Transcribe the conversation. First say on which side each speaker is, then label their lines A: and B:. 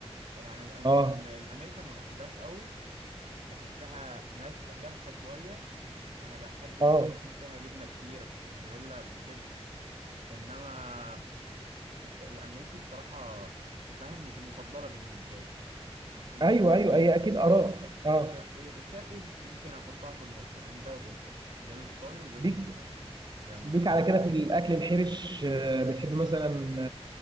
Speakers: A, on the right; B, on the right.
A: يعني الأم...
B: اه
A: ال- الامريكا ما بحبهاش قوي بحسها ناشفه جافه شويه انا بحب مثلا
B: اه
A: يكون فيها جبنه كتير موتزاريلا بتشد انما الك- الامريكي بصراحه فاهم مش المفضله بالنسبه لي والشرقي
B: ايوه ايوه هي اكيد اراء اه
A: لا إيه، الشرقي ممكن احطها في النص بين ده وبين ده بين الايطالي وبين
B: ليك
A: ال- الامريكي
B: ليك
A: الامريكي
B: على كده
A: تحت
B: في الاكل
A: خالص
B: الحرش آه، بتحب مثلا